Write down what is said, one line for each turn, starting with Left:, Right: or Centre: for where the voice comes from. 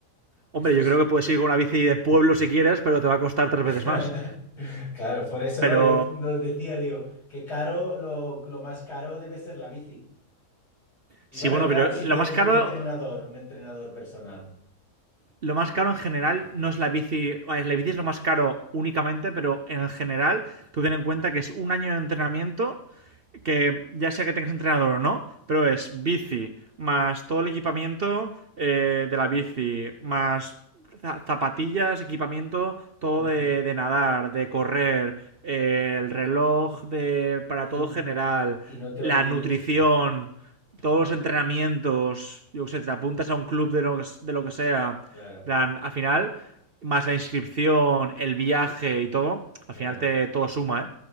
Right: Hombre,
Left: Esto
Right: yo
Left: sí.
Right: creo que puedes ir con una bici de pueblo si quieres, pero te va a costar tres
Left: <laughs>
Right: veces más.
Left: Claro, por eso,
Right: Pero
Left: ¿no? Yo nos decía, digo, que caro, lo, lo más caro debe ser la bici. Y
Right: sí,
Left: bueno,
Right: bueno,
Left: y claro,
Right: pero
Left: si
Right: lo
Left: tienes
Right: más caro
Left: un entrenador, un entrenador personal.
Right: lo más caro en general no es la bici. vale, La bici es lo más caro únicamente, pero en general, tú ten en cuenta que es un año de entrenamiento que ya sea que tengas entrenador o no, pero es bici más todo el equipamiento eh, de la bici, más zapatillas, equipamiento, todo
Left: Ujú.
Right: de, de nadar, de correr, eh, el reloj de, para
Left: Y,
Right: todo general,
Left: y no te
Right: la
Left: olvides.
Right: nutrición,
Left: Mm,
Right: todos los entrenamientos, yo qué sé, te apuntas a un club de lo que, de lo que sea,
Left: Claro,
Right: plan, al final, más la inscripción, el viaje y todo,
Left: claro.
Right: al final te, todo suma, ¿eh?